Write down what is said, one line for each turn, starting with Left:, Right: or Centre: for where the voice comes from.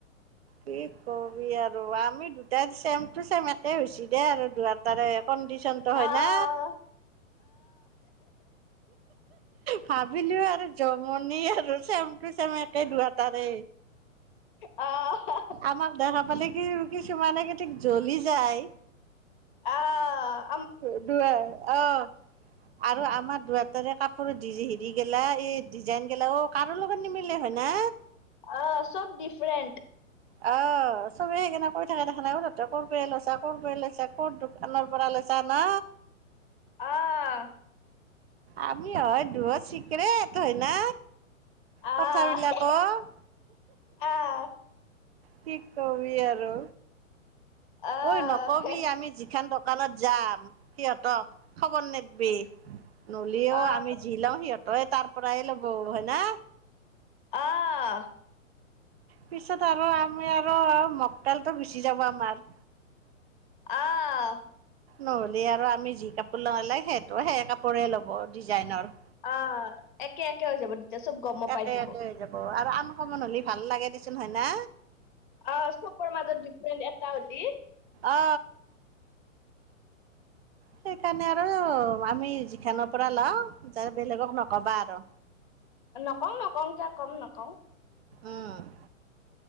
Right: কি ক'বি আৰু, আমি দুটাই চেম টু চেম একে হৈছি দে, আৰু দুয়োটাৰে। কণ্ডিচনটো, হয়
Left: আহ
Right: না? ভাবিলোঁ আৰু জমনি আৰু, চেম টু চেম একে দুয়োটাৰে।
Left: অহ,
Right: আমাক দেখা পালে কি, কিছুমানে কি থিক, জ্বলি যায়।
Left: অহ।
Right: অ দুয়ে অহ। আৰু আমাৰ দুয়োটাৰে কাপোৰ দি যেহি- দি গেলা এই ডিজাইন গেলা অ কাৰো লগত নিমিলে হয় না?
Left: অ চব ডিফাৰেণ্ট।
Right: অহ' চবে সেইকাৰনে কৈ থাকে দেখ ন ক ত কৰবাই লৈছা, কৰবাই লৈছা ক'ত দোকানৰ পৰা লৈছা না।
Left: অহ।
Right: আমি হয় দুয়ো ছিক্ৰেট হয় না।
Left: আহ
Right: কথাবিলাক অ'।
Left: আহ
Right: কি কবি আৰু।
Left: আহ
Right: ঐ নকবি আমি যিখন দ দোকানত যাম সিহঁত। খবৰ নিদিবি নহলেও
Left: আহ আহ
Right: আমি যি লও সিহঁতেই তাৰ পৰাই ল'ব। না।
Left: অ'।
Right: পিছত আৰু আমি আৰু মক্কেলটো গুছি যাব আমাৰ।
Left: অহ,
Right: নহ'লি আৰু আমি যি কাপোৰ লওঁ লে সেইটো সেই কাপোৰে ল'ব ডিজাইনৰ।
Left: অহ' একে একে হৈ যাব তেতিয়া চব গম
Right: একে
Left: পাই যাব।
Right: একে হৈ আৰু আনকমন হ'লে ভাল লাগে হয় না।
Left: অ' চকৰ মাজত ডিফাৰেন্ট এটা হ'লি
Right: অ সেইকাৰণে আৰু আমি যিখৰ পৰা লও যে বেলেগক নকবা আৰু।
Left: নকওঁ-নকওঁ কিয় কম নকওঁ।
Right: উম'